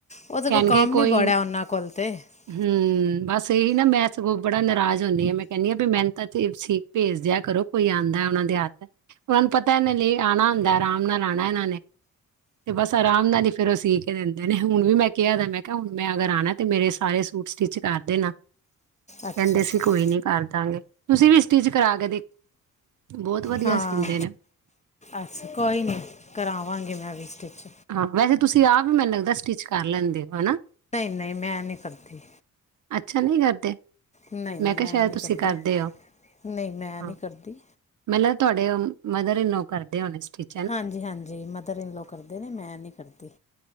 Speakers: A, on the left; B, on the right.
A: ਉਹਦੇ
B: ਕਹਿਣਗੇ
A: ਕੋਲ ਕੰਮ
B: ਕੋਈ
A: ਹੀ ਬੜਾ ਉਹਨਾਂ ਕੋਲ ਤੇ ਇਹ
B: ਹਮ ਬਸ, ਇਹੀ ਨਾ ਮੈਂ ਸਗੋਂ ਬੜਾ ਨਾਰਾਜ਼ ਹੁੰਦੀ ਹ। ਮੈਂ ਕਹਿੰਦੀ- ਹਾਂ ਵੀ ਮੈਨ ਤਾਂ ਤੇਪਸੀ ਭੇਜ ਦਿਆ ਕਰੋ ਕੋਈ ਆਉਂਦਾ, ਉਹਨਾਂ ਦੇ ਹੱਥ ਉਹਨਾਂ ਨੂੰ ਪਤਾ, ਲਈ ਆਉਣਾ ਹੁੰਦਾ ਆਰਾਮ ਮੁਨ ਰਾਣਾ ਇਹਨਾਂ ਨੇ ਤੇ ਬਸ, ਆਰਾਮ ਨਾਲ ਹੀ ਫੇਰ ਉਹ ਸੀ ਏ ਦਿੰਦੇ ਨੇ, ਹੁਣ ਵੀ ਮੈਂ ਕਿਹਾ ਮੈਂ ਕਿਹਾ, ਹੁਣ ਮੈਂ ਅਗਰ ਆਉਣਾ ਤੇ ਮੇਰੇ, ਸਾਰੇ ਸੂਟ ਸਟਿਚ ਕਰ ਦੇਣਾ ਕਹਿੰਦੇ
A: ਅੱਛਾ ਅੱਛਾ
B: ਸੀਂ, ਕੋਈ ਨੀ ਕਰ ਦਾਂਗੇ, ਤੁਸੀਂ ਵੀ ਇਸ ਚੀਜ਼ ਕਰਾ ਕੇ ਦੇ ਬਹੁਤ ਵਧੀਆ
A: ਹਾਂ
B: ਸੀਂਦੇ ਨੇ।
A: ਅਛ ਕੋਈ ਨੀ ਕਰਾਵਾਂਗੇ, ਮੈਂ ਵੀ ਸਟਿਚ
B: ਹਾਂ ਵੈਸੇ ਤੁਸੀਂ ਆਪ ਵੀ, ਮੈਨੂੰ ਲੱਗਦਾ, ਸਟਿਚ ਕਰ ਲੈਂਦੇ ਹੋ ਹਨਾ
A: ਨਹੀਂ- ਨਹੀਂ ਮੈਂ ਨਹੀਂ ਕਰਦੀ।
B: ਅੱਛਾ ਨਹੀਂ ਕਰਦੇ,
A: ਨਹੀਂ ਨਹੀਂ
B: ਮੈਂ ਕਿਹਾ ਸ਼ਾਇਦ
A: ਨਹੀਂ
B: ਤੁਸੀਂ
A: ਕਰਦੀ
B: ਕਰਦੇ ਹੋ
A: ਨਹੀਂ ਮੈਂ
B: ਹਾਂ
A: ਨਹੀਂ ਕਰਦੀ
B: ਮੈਨੂੰ ਲਗਦਾ ਤੁਹਾਡੇ ਮਦਰ ਇਨੋ ਲੌ, ਕਰਦੇ ਹੋਣੇ ਸਟੀਚ?
A: ਹਾਂਜੀ -ਹਾਂਜੀ, ਮਦਰ- ਇਨ, ਕਰਦੇ ਨੇ ਮੈਂ ਨੀ ਕਰਦੀ